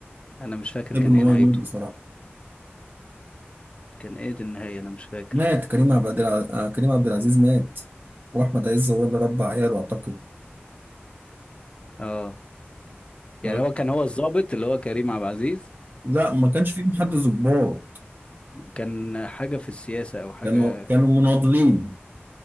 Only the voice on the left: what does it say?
انا مش فاكر
كان
ايه
نهايته
كان ايه دي النهاية انا مش فاكر
اه
يعني هو كان هو الضابط اللي هو كريم عبد العزيز
وكان حاجة في السياسة او حاجة